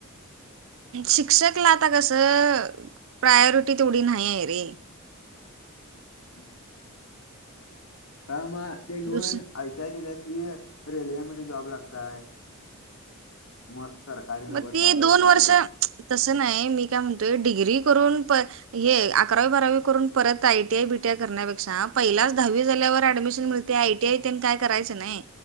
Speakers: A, on the right (about 65°); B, on the left (about 75°).
A: शिक्षकला आता कसं प्रायोरिटी तेवढी नाही हाय रे.
B: हम्म. काय मग ते घेऊन
A: दुस
B: आय टी आय केली असतीस -- रेल्वेमध्ये जॉब लागताय. मस्त सरकारी नोकर
A: मग ती
B: साठ
A: दोन
B: वर्षापर्यंत.
A: वर्ष तसं नाही. मी काय म्हणतोय डिग्री करून प हे अकरावी, बारावी करून परत आयटीआय बीटीआय करण्यापेक्षा पहिलाच दहावी झाल्यावर ऍडमिशन मिळ- - ते आयटीआय काय करायचं नाही.